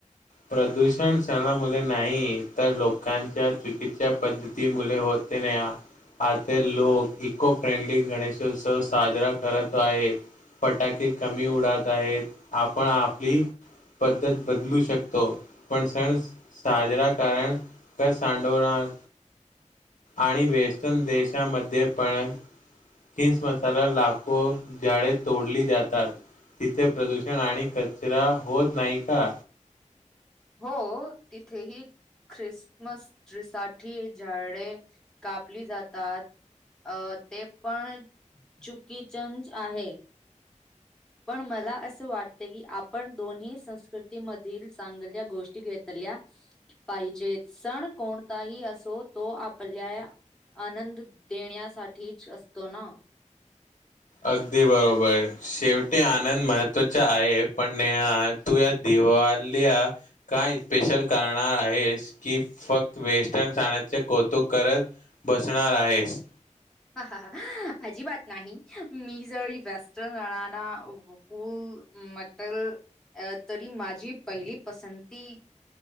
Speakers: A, on the left (about 80°); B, in the centre.
A: प्रदूषण सणामुळे नाही तर लोकांच्या चुकीच्या पद्धती मु होत तन आ लोक इको फ्रेंडली गणेशोत्सव साजरा करत आहेत फटाके कमी उडत आहेत आपण आपली पद्धत बदलू शकतो तो पण सण साजरा करण क सांडवणार आणि वेस्टन देशामध्ये पण खिस मसाला लाखो जाळे तोडली जातात तिथे प्रदूषण आणि कचरा होत नाही का
B: हो तिथेही ख्रिसमस तिसाठी झाडे कापली जातात अ ते पण चुकीचंच आहे पण मला असं वाटत की आपण दोन्ही संस्कृतीमधील चांगल्या गोष्टी घेतल्या पाहिजेत सण कोणताही असो तो आपल्या आनंद देण्यासाठीच असतो ना
A: अगदी बरोबर शेवटी आनंद महत्त्वाचा आहे पण नेह तू या दिवालीया काय स्पेशल करणार आहेस की फक्त वेस्टर्न सााण्याचे कौतुक करत बसणार आहेस
B: ह ह अजिबात नाही मी जर वेस्टर्न जणारना कुल म्हटल अ तरी माझी पहिली पसंती